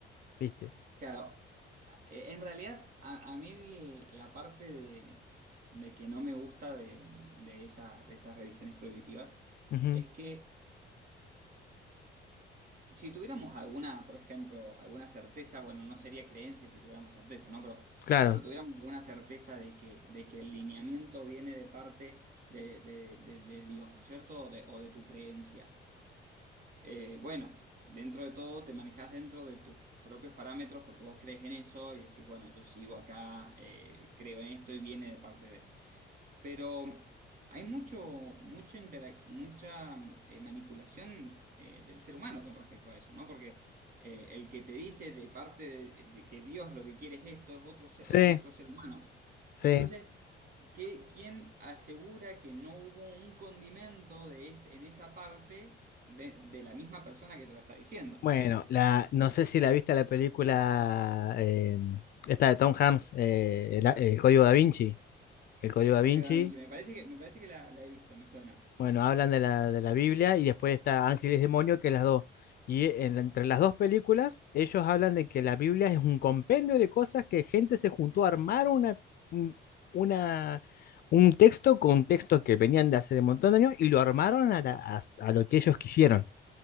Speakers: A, on the left (about 50°); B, on the right (about 45°).
A: ¿viste?
B: Claro, a- en realidad a, a mí la parte de, de que no me gusta de, de esas, de esas religiones prohibitivas
A: Ujú,
B: es que Si tuviéramos alguna, por ejemplo, alguna certeza, bueno, no sería creencia si tuviéramos certeza, ¿no? Pero,
A: Claro,
B: por ejemplo, tuviéramos alguna certeza de que, de que el lineamiento viene de parte de, de- de- de Dios, ¿no es cierto? O de, o de tu creencia. Eh, bueno, dentro de todo te manejas dentro de tus propios parámetros porque vos crees en eso y decís, bueno, yo sigo acá, eh, creo en esto y viene de parte de... Pero hay mucho, mucho interac- mucha eh, manipulación eh, del ser humano con respecto a eso, ¿no? Porque eh, el que te dice de parte de, de que Dios lo que quiere es esto, es otro, se-
A: sí,
B: es otro ser humano.
A: sí.
B: Entonces, ¿qué- quién asegura que no hubo un condimento de es- en esa parte de, de la misma persona que te lo está diciendo?
A: Bueno, la, no sé si la viste la película eh, esta de Tom Hanks, eh, el, el Código Da Vinci. El Código Da
B: Código
A: Vinci,
B: Da Vinci, me parece que, me parece que la, la he visto, me suena.
A: bueno, hablan de la, de la Biblia y después está Ángeles y Demonio, que es las dos. Y en la- entre las dos películas, ellos hablan de que la Biblia es un compendio de cosas que gente se juntó a armar una, un- una, un texto con textos que venían de hace un montón de años y lo armaron a, la- a a lo que ellos quisieron.